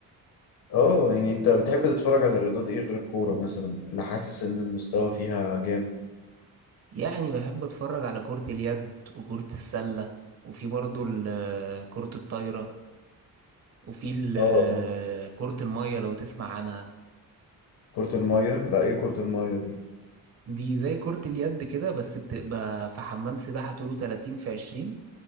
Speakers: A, on the left; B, on the right.
A: اه يعني انت بتحب تتفرج على الرياضات ايه غير الكورة مثلا اللي حاسس ان المستوى فيها جامد
B: يعني بحب اتفرج على كرة اليد وكرة السلة وفي برضو ال- كرة الطايرة وفي ال-
A: اه اه
B: كرة المية لو تسمع عنها
A: كرة المية لا ايه كرة المية دي
B: دي زي كرة اليد كده بس بتبقى في حمام سباحة طوله 30 في 20